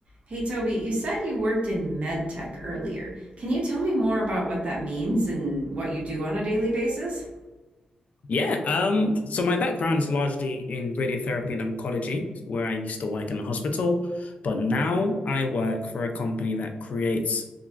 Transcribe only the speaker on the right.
Hey Toby, you said you worked in med tech earlier. Can you tell me more about what that means and what you do on a daily basis?